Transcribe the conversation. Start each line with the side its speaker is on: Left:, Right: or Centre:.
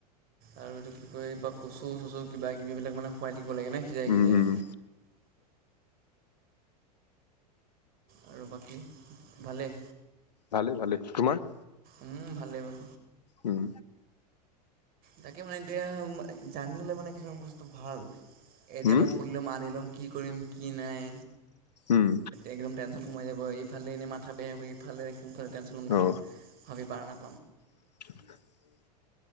Right: আৰু এইটো কি ক এই বা কচু চচু কিবা কিবিলাক মানে খুৱাই থাকি ক লাগে ন সিজাই
Left: উম
Right: সিজাই।
Left: উম
Right: আৰু বাকী ভালেই?
Left: ভালেই ভালেই, তোমাৰ?
Right: উম ভালেই বাৰু।
Left: উম।
Right: তাকে মানে এতিয়া জানি ললে মানে কিছুমান বস্তু ভাল। এতিয়া
Left: উম
Right: মই সুধ লম আনি লম কি কৰিম কি নাই
Left: উম
Right: একদম সোমাই যাব ইফালে এনে মাথা বেয়া ইফালে সালে টেনচনত
Left: অ
Right: ভাবি পাৰ নাপা
Left: <unintelligible>